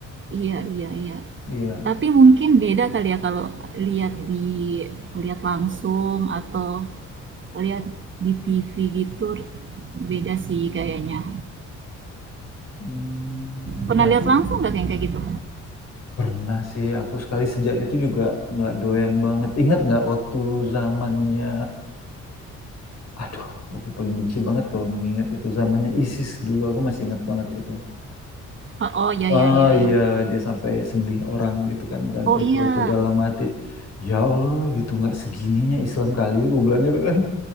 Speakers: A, on the right (about 40°); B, on the left (about 60°).
A: Iya iya iya.
B: Iya.
A: Tapi mungkin beda kali ya kalau lihat di lihat langsung atau lihat di TV gitu beda sih kayaknya.
B: Hmm,
A: Pernah
B: berarti
A: lihat langsung nggak kayak kayak gitu?
B: pernah sih aku sekali sejak itu juga nggak doyan banget. Ingat nggak waktu zamannya, aduh aku paling benci banget kalau mengingat itu zamannya ISIS dulu aku masih ingat banget itu.
A: Oh, oh ya
B: Oh
A: ya ya ya.
B: iya, dia sampai sembelih orang gitu kan dan
A: Oh
B: itu
A: iya
B: aku dalam hati, ya Allah gitu nggak segininya Islam kali aku bilang gitu kan.